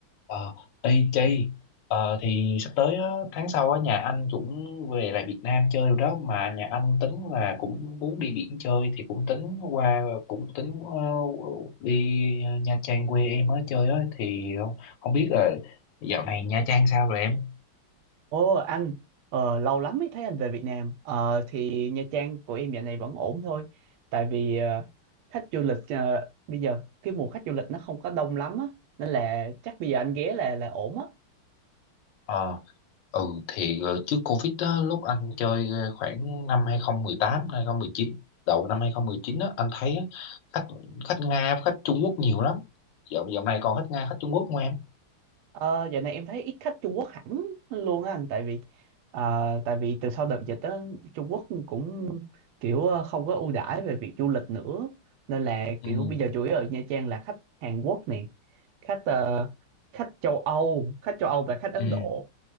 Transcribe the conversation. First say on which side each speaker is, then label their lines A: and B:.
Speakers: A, on the left (about 65°); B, on the right (about 80°).
A: Ờ, ê Chi ờ, thì sắp tới á, tháng sau á, nhà anh cũng về lại Việt Nam chơi rồi đó mà nhà anh tính là cũng muốn đi biển chơi thì cũng tính qua cũng tính ờ, đi Nha Trang quê em á chơi á thì không biết là dạo này Nha Trang sao rồi em?
B: Ồ anh, ờ, lâu lắm mới thấy anh về Việt Nam. Ờ, thì Nha Trang của em dạo này vẫn ổn thôi. Tại vì ờ, khách du lịch ờ, bây giờ cái mùa khách du lịch nó không có đông lắm á, nên là chắc bây giờ anh ghé là là ổn á.
A: Ừ. Ừ thì ờ, trước Covid đó lúc anh chơi ờ, khoảng năm 2018 chín đầu năm 2019 á anh thấy á, khách khách Nga khách Trung Quốc nhiều lắm dạo dạo này còn khách Nga khách Trung Quốc không em
B: Ờ, dạo này em thấy ít khách Trung Quốc hẳn luôn á anh, tại vì ờ, tại vì từ sau đợt dịch đó Trung Quốc cũng kiểu ờ, không có ưu đãi về việc du lịch nữa, nên là
A: ừ
B: kiểu bây giờ chủ yếu ở Nha Trang là khách Hàn Quốc nè, khách ờ, khách châu Âu, khách châu Âu và khách Ấn
A: ừ
B: Độ